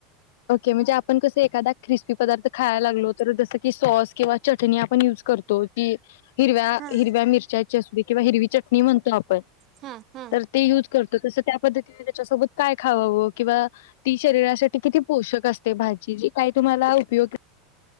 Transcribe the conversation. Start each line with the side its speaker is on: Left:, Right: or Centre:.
Left: म्हणजे आपण कस एखादा क्रिस्पी पदारथ खायला लागलो तर जसं की सॉस किंवा चटणी आपण युज करतो की हिरव्या
Right: हा
Left: हिरव्या मिरच्या किंवा हिरवी चटणी म्हणतो आपण
Right: हा हा
Left: तर ते युज करत तस त्या पद्धतीने त्याच्यासोबत काय खावावं किंवा ती शरीरासाठी किती पोषक असते भाजी जी काय तुम्हाला उपयोग